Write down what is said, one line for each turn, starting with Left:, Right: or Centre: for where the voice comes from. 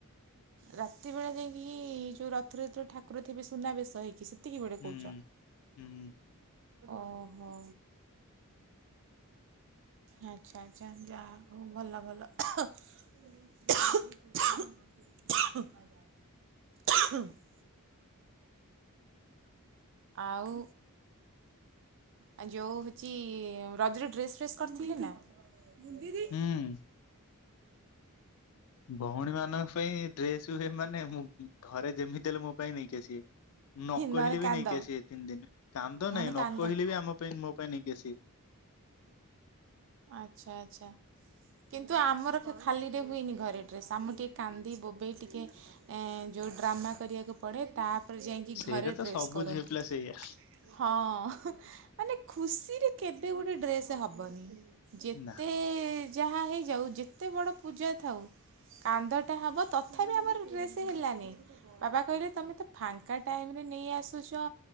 Right: ରାତି ବେଳେ ଯାଇକି ଯୋଉ ରଥରେତ ଠାକୁର ଥିବେ ସୁନାବେେଶ ହେଇକି ସେତିକି ବେଳେ
Left: ହୁଁ
Right: କହୁଛ?
Left: ହୁଁ
Right: ଓହୋ। ଆଚ୍ଛା ଆଚ୍ଛା ଯାହା ହଉ ଭଲ ଭଲ। ହୁ <unintelligible> <inaudible> ଆଉ ଆ ଯୋଉ ହଉଛି ରଜରେ ଡ୍ରେସ୍ ଫ୍ରେସ୍ କରିଥିଲେ ନା? ମୁନ ଦିଦି
Left: ହୁଁ ଭଉଣୀ ମାନଙ୍କ ପାଇଁ ଡ୍ରେସ ହୁଏ ମାନେ ମୁଁ ଘରେ ଯେମିତି ହେଲେ ମୋ ପାଇଁ ନେଇକି ଆସିବେ। ନ
Right: ନହେଲେ
Left: କହିଲି
Right: କାନ୍ଦ
Left: ବି ନେଇକି ଆସିବେ ତିନି ଦିନ କାନ୍ଦ
Right: ନହେଲେ
Left: ନାଇଁ ନ
Right: କାନ୍ଦ
Left: କହିଲେ ବି ଆମ ପାଇଁ ମୋ ପାଇଁ ନେଇକି ଆସିବେ।
Right: ଆଚ୍ଛା ଆଚ୍ଛା। କିନ୍ତୁ ଆମର ଖାଲିରେ ହୁଏନି ଘରେ ଡ୍ରେସ୍ ଆମର ଟିକେ କାନ୍ଦି ବୋବେଇ ଟିକେ ଏ ଯୋଉ ଡ୍ରାମା କରିବାକୁ ପଡ଼େ ତାପରେ ଯାଇକି
Left: ସେଇଟା
Right: ଘରେ
Left: ତ
Right: ଡ୍ରେସ୍
Left: ସବୁ
Right: କରନ୍ତି।
Left: ଝିଅ ପିଲା ସେଇଆ
Right: ହଁ ମାନେ ଖୁସିରେ କେବେ ଗୋଟେ ଡ୍ରେସ୍ ହବନି ଯେତେ
Left: ନା
Right: ଯାହା ହେଇଯାଉ ଯେତେ ବଡ଼ ପୂଜା ଥାଉ କାନ୍ଦଟା ହେବ ତ ତଥାପି ଆମର ଡ୍ରେସ୍ ହେଲାନି ବାବା କହିଲେ ତୁମେ ତ ଫାଙ୍କା ଟାଇମରେ ନେଇ ଆସୁଛ